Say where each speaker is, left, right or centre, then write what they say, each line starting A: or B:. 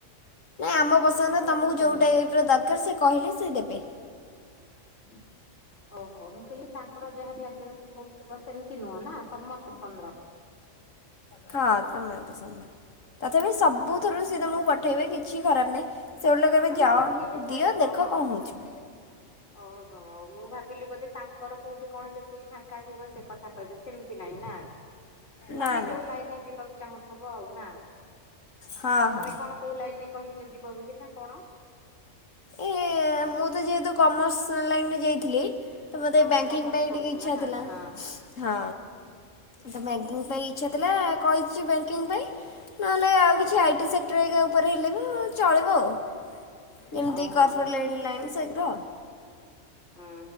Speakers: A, on the left (about 80°); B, on the left (about 60°).
A: ନାଇଁ ଆମ ପସନ୍ଦ
B: ତମ
A: ତମକୁ
B: ପସନ୍ଦର
A: ଯୋଉ ଟାଇପ୍
B: ନା?
A: ର ଦରକାର୍ ସେ କହିଲେ ସେ ଦେବେ।
B: <inaudible> ଓହୋ ମୁଁ କହିଲି ତାଙ୍କର ଯାହାବି <unintelligible> ପଡୁଥିବ ସେମ୍ତି ନୁହଁ ନା ତମ ପସନ୍ଦର?
A: ହଁ ତମ ପସନ୍ଦ ର। ତଥାପି ସବୁଥରୁ
B: ହଁ।
A: ସିଏ ତମୁକୁ ପଠେଇବେ କିଛି ଖରାପ୍ ନାହିଁ। ସେ ଓଲଟା କହିବେ
B: ତମେ
A: ଯାଅ
B: ଯୋଉଠି କେବେ ଚାହିଁବ
A: ଦିଅ ଦେଖ
B: ହଁ
A: କଁ ହେଉଛି।
B: <unintelligible> ମୁଁ ଭାବିଲି ବୋଧେ ତାଙ୍କର କୋଉଠି କଣ ଯେତିକି ଫାଙ୍କା ଥିବ ସେ କଥା କହିବେ, ସେମ୍ତି ନାଇଁ ନା?
A: ନା
B: ତମେ
A: ନା
B: ଯୋଉ ଲାଇନ୍ ରେ ଯିବାକୁ ଚାହୁଁଥବ ଆଉ ନା,
A: ହଁ
B: ତମେ
A: ହଁ।
B: କଣ କୋଉ ଲାଇନ୍ ରେ କହିଚ ଯିବ ବୋଲି ନା କଣ?
A: ଏ ମୁଁ ତ ଯେହେତୁ କମର୍ସ ଲାଇନ୍ ରେ ଯାଇଥିଲି। ତ ମତେ
B: ଓହୋ
A: ବ୍ୟାଙ୍କିଙ୍ଗ
B: କମର୍ସ
A: ପାଇଁ
B: ପଢୁଥିଲା
A: ଟିକେ ଇଛା
B: ନା
A: ଥିଲା
B: ହଁ
A: ହଁ। ତ ବ୍ୟାଙ୍କିଙ୍ଗ ପାଇଁ ଇଚ୍ଛା ଥିଲା କହିଛି ବ୍ୟାଙ୍କିଙ୍ଗ ପାଇଁ, ନହେଲେ ଆଉ
B: ହଁ
A: କିଛି ଆଇଟି ସେ କ୍ଟର <unintelligible> ଉପରେ ହେଲେବି ହଁ ଚଳିବ ଆଉ। ଏମ୍ତି
B: ଓହୋ।
A: <unintelligible> ଲାଇନ୍ <unintelligible>
B: ହୁଁ